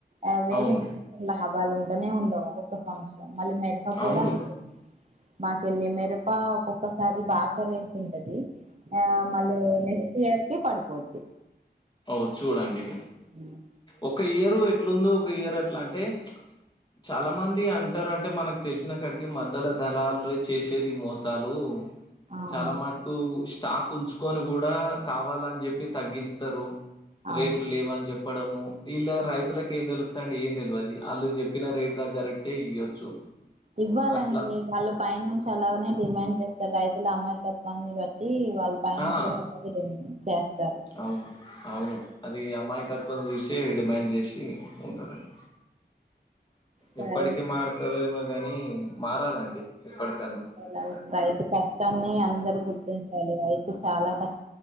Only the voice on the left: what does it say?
అవును.
అవును.
ఓ చూడండి ఇగ
ఒక ఇయరు ఎట్లుందో ఒక ఇయరు ఎట్లా అంటే చాలా మంది అంటారు అంటే మనకు తెలిసిన కాడికి మద్ద్యల దళార్లే చేసేది మోసాలు
చాలా మట్టుకు స్టాక్ ఉంచుకొని కూడా కావాలని చెప్పి తగ్గిిం తరు
రేట్లు లేవని చెప్ ప్పడము ఇళ్ళ రైతులకు ఏం తెలుస్తాదండి ఏం తెలియదు వాళ్ళు చెప్పిన రేటు దగ్గరట్టే ఇయ్యొచ్చు
అట్లా
ఆ
అవును అవును అది అమాయకత్వం చూసి డిమాండ్ చేసి ఉంటారండి
ఎప్పటికి మరుతారో మరి కాని మారాలండి ఎప్పటికన్నా
ఖచ్చితంగా